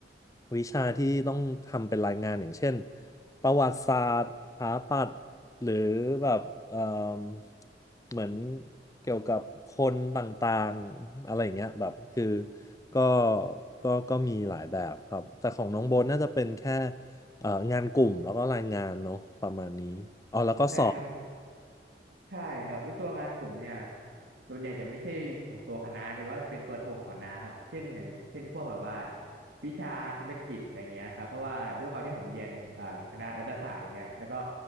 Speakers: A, on the left (about 20°); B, on the right (about 80°).
A: วิชาที่ต้องทำเป็นรายงานอย่างเช่นประวัติศาสตร์สถาปัตย์หรือแบบเอ่มเหมือนเกี่ยวกับคนต่างๆอะไรอย่างเงี้ยแบบคือก็ก็ก็มีหลายแบบครับแต่ของน้องโบนน่าจะเป็นแค่ เอ่องานกลุ่มแล้วก็รายงานเนาะประมาณนี้อ๋อแล้วก็สอบ
B: ใช่ครับ ใช่ครับแล้วตัวงานกลุ่มเนี่ยส่วนใหญ่จะไม่ใช่ของตัวคณะแต่ว่าเป็นตัวโทรของคณะครับเช่นอย่างเช่นพวกแบบว่าวิชาธุรกิจอะไรเงี้ยครับเพราะว่าด้วยความที่ผมเรียนอ่าคณะรัฐศาสตร์อะไรเงี้ยแล้วก็